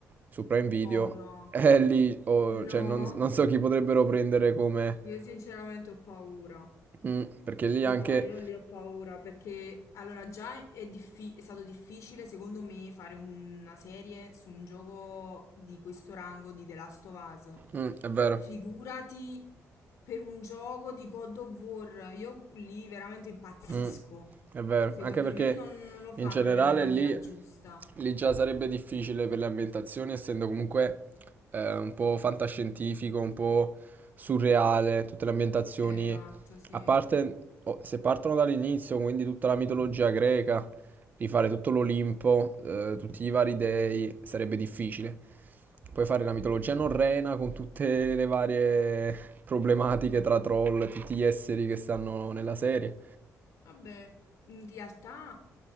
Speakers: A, on the right; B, on the left.
A: su Prime Video.
B: Oh no.
A: <laughs> E lì oh,
B: No,
A: cioè, non, non so chi potrebbero prendere come.
B: io sinceramente ho paura.
A: Mm, perché lì
B: No,
A: anche.
B: io lì ho paura perché allora già è, diffi- è stato difficile secondo me fare una serie su un gioco di questo rango di The Last of Us.
A: Mm, è vero.
B: Figurati per un gioco di God of War, io lì veramente impazzisco.
A: Mm, è vero,
B: Secondo
A: anche perché
B: me non, non lo fanno
A: in generale
B: nella maniera
A: lì,
B: giusta.
A: lì già sarebbe difficile per le ambientazioni, essendo comunque eh, un po' fantascientifico, un po' surreale, tutte le ambientazioni,
B: Esatto, sì.
A: a parte oh, se partono dall'inizio, quindi tutta la mitologia greca, rifare tutto l'Olimpo, eh, tutti i vari dei, sarebbe difficile. Puoi fare la mitologia norrena con tutte le varie problematiche tra troll e tutti gli esseri che stanno nella serie.
B: Vabbè, in realtà,